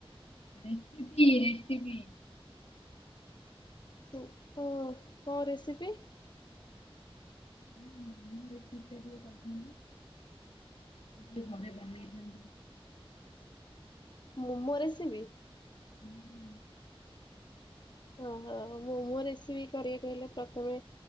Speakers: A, on the left; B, on the left.
A: ରେସିପି ରେସିପି।
B: ସିଏ କଣ ତା ରେସିପି।
A: ହଁ ମୋର ଏତେ ଇଚ୍ଛା ଟିକେ କହିଥାନ୍ତି ଯ ଘରେ ବନେଇଥାନ୍ତି <inaudible>
B: ମୁମୋ ରେସିବି
A: ହୁଁ <unintelligible>
B: ଓହ ହ ମୁଁମୋ ରେସିବି କରିବାକୁ ହେଲେ ପ୍ରଥମେ